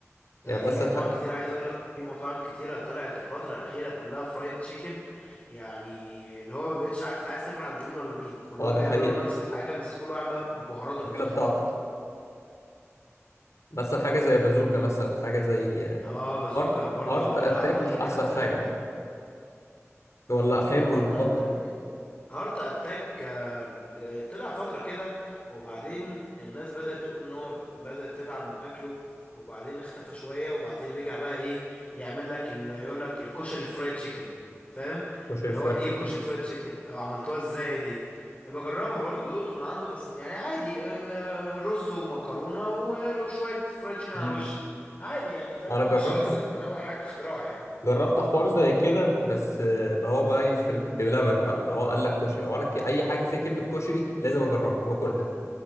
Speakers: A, on the left; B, on the left.
A: ده
B: يعني
A: في
B: مثلا
A: انواع
B: ح-
A: كتير عايز اقول لك في مطاعم كتيره طلعت الفتره الاخيره كلها فرايد تشيكن يعني اللي هو ما بقتش عارف انت عايز تاكل عند مين ولا مين كلهم
B: اه دي
A: بيعملوا
B: حقيقة
A: نفس الحاجه بس كل واحد بقى ببهاراته
B: التتبيلة
A: المختلفه
B: بتاعته مثلا حاجة زي بازوكا مثلا حاجة زي
A: اه بازوكا
B: هارت
A: برضو
B: هارت
A: طلع
B: أتاك
A: فتره
B: مش أحسن
A: كده ترند
B: حاجة والله حلو
A: هو هارت
B: الفترة
A: اتاك
B: دي
A: هارت اتاك آه، آه، طلع فترة كده وبعدين الناس بدأت تقول ان هو ب- بدأت تتعب من اكله وبعدين اختفى شوية وبعدين رجع بقى ايه يعمل لك اللي يقول لك الكشري الفرايد تشيكن فاهم
B: كشري
A: اللي
B: فرايد
A: هو ايه
B: تشيكن
A: كشري فرايد تشيكن أو عملتوها ازاي دي بجربها برضو دقت من عنده بس يعني عادي آه، آه، رز ومكرونة و- وشوية فرايد تشيكن على
B: امم
A: الوش عادي يعني فاهم
B: انا جربت
A: مش حسيت ان هو حاجة اختراع يعني
B: جربت حوار زي كده بس آه، اللي هو بقى إيه في ال- بلبن بقى اللي هو قال لك كشري وانا ك... اي حاجه فيها كلمه كشري لازم اجربها واكلها